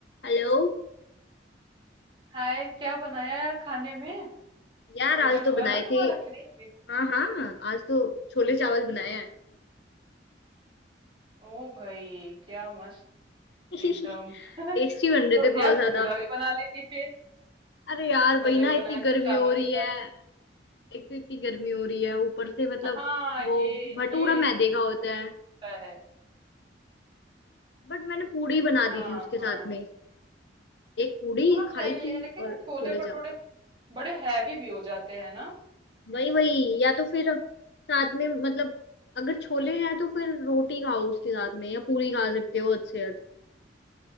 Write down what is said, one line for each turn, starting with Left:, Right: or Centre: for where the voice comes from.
Left: Hello
Right: हाय क्या बनाया यार खाने में
Left: यार
Right: डिनर
Left: आज तो
Right: हुआ
Left: बनाए
Right: ना तुम्हारा
Left: थे
Right: कि नहीं अभी
Left: हाँ हाँ आज तो छोले चावल बनाए हैं
Right: ओ भाई क्या मस्त
Left: <laughs>
Right: एकदम <laughs>
Left: टेस्टी बन रहे
Right: तो
Left: थे
Right: यार
Left: बहुत ज्यादा
Right: भटूरा भी बना लेती फिर
Left: अरे यार
Right: छोले
Left: वही ना
Right: बनाए
Left: इतनी गर्मी
Right: तो चावल
Left: हो रही
Right: ही
Left: है
Right: बस
Left: एक तो इतनी गर्मी हो रही है ऊपर से मतलब
Right: हाँ ये
Left: वो भटूरा
Right: ये इशू
Left: मैदे
Right: तो
Left: का होता
Right: होता
Left: है
Right: है
Left: बट मैंने पूड़ी बना
Right: हाँ
Left: दी थी उसके
Right: हाँ
Left: साथ में एक पूड़ी
Right: हाँ
Left: खाई
Right: सही
Left: थी
Right: है लेकिन
Left: और
Right: ये छोले
Left: छोले
Right: भटूरे
Left: चावल
Right: बड़े हैवी भी हो जाते हैं ना
Left: वही वही या तो फिर साथ में मतलब अगर छोले हैं तो फिर रोटी खाओ उसके साथ में या पूरी
Right: हम्म,
Left: खा सकते हो अच्छे